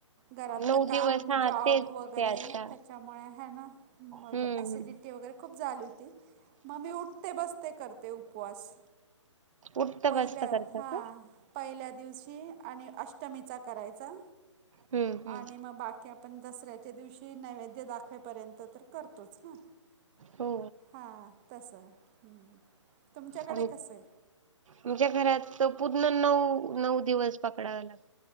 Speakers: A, on the right; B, on the right.
A: घरातलं
B: नऊ
A: काम
B: दिवस हां
A: शाबू
B: तेच
A: वगैरे,
B: ते आता
A: त्याच्यामुळे हाय ना, मग
B: हम्म
A: ॲसिडिटी
B: हम्म
A: वगरे खूप झाली होती. मग मी उठते - बसते करते उपवास.
B: उठतं
A: पहिलं,
B: बसतं करता
A: हा.
B: का
A: पहिल्या दिवशी आणि अष्टमीचा करायचा.
B: हम्म हम्म
A: आणि मग बाकी आप आपण दसऱ्याच्या दिवशी नैवेद्य दाखवेपर्यंत तर करतोच ना?
B: हो
A: हा, तसं. हं. तुमच्याकडे
B: आम
A: कसय?
B: आमच्या घरात पूर्ण नऊ, नऊ दिवस पकडाव लागत.